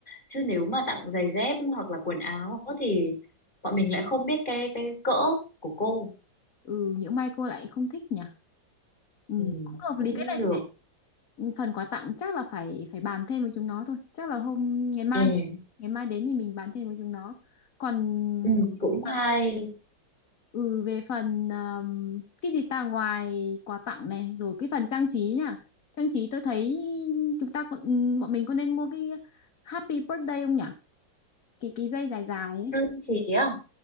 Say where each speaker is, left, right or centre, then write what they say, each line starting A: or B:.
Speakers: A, on the left; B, on the left.
A: chứ nếu mà tặng giày dép hoặc là quần áo thì bọn mình lại không biết cái cái cỡ của cô
B: ừ những may cô lại không thích nhỉ ừ,
A: ừ,
B: cũng hợp
A: cũng
B: lý cái này
A: được
B: thì để- phần quà tặng chắc là phải phải bàn thêm với chúng nó thôi chắc là hôm ngày mai
A: Ê,
B: ngày mai đến thì mình bàn thêm với chúng nó còn
A: ừ, cũng
B: còn
A: hay
B: Ừ, về phần um, cái gì ta ngoài quà tặng này rồi cái phần trang trí nhá. Trang trí tôi thấy chúng ta còn ừ, bọn mình có nên mua cái Happy Birthday không nhỉ? Cái cái dây dài dài ấy.
A: sơn trí à